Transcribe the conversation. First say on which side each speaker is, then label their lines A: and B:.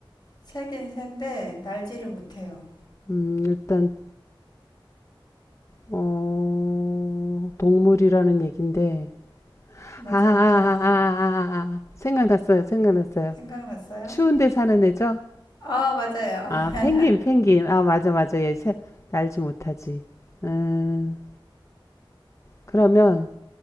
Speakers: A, on the left; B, on the left.
A: 새긴 새인데 날지를 못해요.
B: 음, 일단, 어, 동물이라는 얘긴데.
A: 맞아요,
B: 아, 아, 아, 아,
A: 동물.
B: 아, 아. 아, 아. 생각났어요. 생각났어요.
A: 생각났어요?
B: 추운데 사는 애죠?
A: 아, 맞아요.
B: 아,
A: <laughs>
B: 펭귄, 펭귄. 아, 맞아, 맞아. 얘 새, 날지 못하지. 음, 그러면,